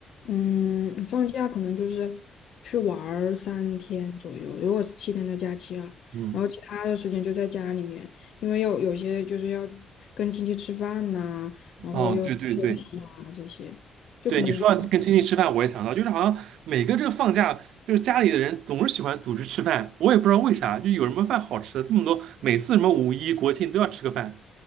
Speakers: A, on the left; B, on the right.
A: 嗯，放假可能就是去玩儿三天左右，如果是七天的假期啊，
B: 嗯，
A: 然后其他的时间就在家里面，因为有有些就是要跟亲戚吃饭呐、然后又休息啊这些。
B: 哦，对对对，
A: 就可能。
B: 对你说到跟亲戚吃饭，我也想到，就是好像每个这个放假，就是家里的人总是喜欢组织吃饭，我也不知道为啥，就有什么饭好吃的这么多，每次什么五一、国庆都要吃个饭。